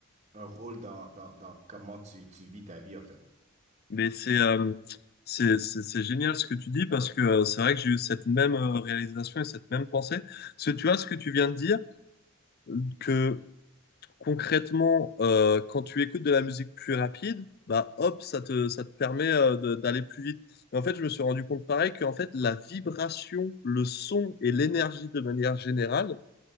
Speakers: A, on the right; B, on the left.
A: un rôle dans, dans, dans comment tu, tu vis ta vie, en fait.
B: Mais c'est euh, c'est c'est c'est génial ce que tu dis parce que euh, c'est vrai que j'ai eu cette même euh, réalisation et cette même pensée. Parce que tu vois ce que tu viens de dire, euh, que concrètement, euh, quand tu écoutes de la musique plus rapide, bah hop, ça te ça te permet euh, de- d'aller plus vite. Et en fait, je me suis rendu compte pareil qu'en fait la vibration, le son et l'énergie de manière générale